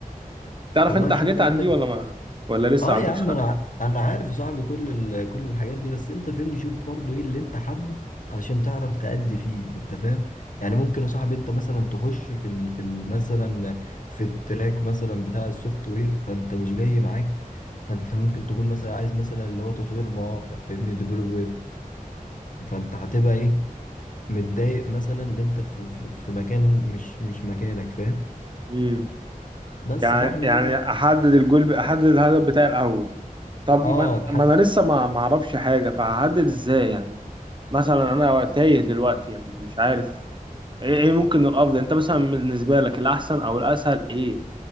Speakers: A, on the right; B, on the left.
A: تعرف
B: والله
A: انت حاجات
B: شوف انت
A: عن دي ولا ما ولا لسه
B: اه
A: عندكش
B: يا عم
A: خلفيه
B: انا ع- انا عارف يا صاحبي كل ال... كل الحاجات دي بس انت فهمني شوف برضو ايه اللي انت حابه علشان تعرف تأدي فيه انت فاهم يعني ممكن يا صاحبي انت مثلا تخش في ال... في ال... مثلا في التراك مثلا بتاع السوفت وير فانت مش جاي معاك فانت ممكن تكون مثلا عايز مثلا اللي هو تطوير مواقع فاهمني ديفلوب ويب فانت هتبقى ايه متضايق مثلا اللي انت في... في في مكان مش مش مكانك فاهم
A: امم
B: بس
A: يعني
B: فاحنا
A: يعني
B: ايه
A: احدد الجول احدد الهدف بتاعي الاول طب
B: اه
A: ما,
B: تحد
A: ما انا لسه ما ما اعرفش حاجه فهحدد ازاي يعني مثلا انا تايه دلوقتي يعني مش عارف ايه إيه ممكن الافضل انت مثلا بالنسبه لك الاحسن او الاسهل ايه